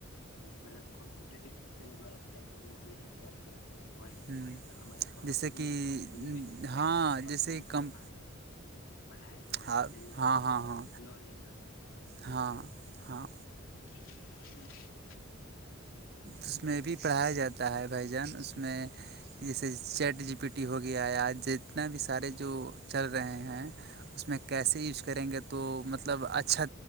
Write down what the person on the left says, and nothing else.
مطلب کمپوٹر کے سسٹمٹارا کیا کیا نالج ہے کیا کیا وہی
ا ہماری کمپنی
ہے کمپنی میں
کیسے اس کمپنی
کو آگے بڑھایا جائے
اس کے لیے
نالج رہنا چاہیے
ہ